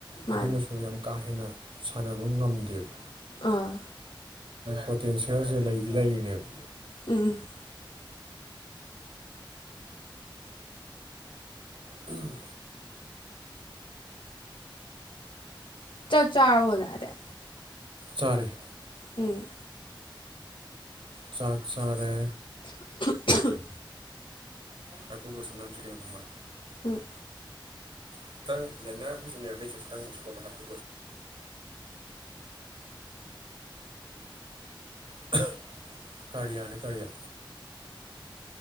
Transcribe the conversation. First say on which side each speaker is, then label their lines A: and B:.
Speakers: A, on the left; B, on the right.
A: ꯃꯥꯅꯦ
B: ꯑꯗꯨꯅꯁꯨ ꯌꯥꯝ ꯀꯥ ꯍꯦꯟꯅ ꯁꯥꯟꯅꯕ ꯉꯝꯗꯦꯕ
A: ꯑꯥ
B: ꯄꯣꯇꯦꯟꯁꯤꯌꯦꯜꯁꯦ ꯂꯩꯗꯤ ꯂꯩꯔꯤꯅꯦꯕ
A: ꯎꯝ
B: ꯎꯝ
A: ꯆ ꯆꯥꯔꯦ
B: ꯆꯔꯦ
A: ꯎꯝ
B: ꯆꯥꯛ ꯆꯥꯔꯦ
A: ꯎꯝ
B: ꯑꯩꯄꯨꯕꯨꯣꯁꯗꯝ ꯆꯄ ꯃꯥ
A: ꯎꯝ
B: ꯈꯤꯇꯪꯟꯅꯔꯟꯅꯁꯨ ꯈꯤꯪꯀꯜ ꯍꯥꯄ <unintelligible> ꯀꯔꯤꯌꯥꯅꯤ ꯀꯔꯤꯌꯥ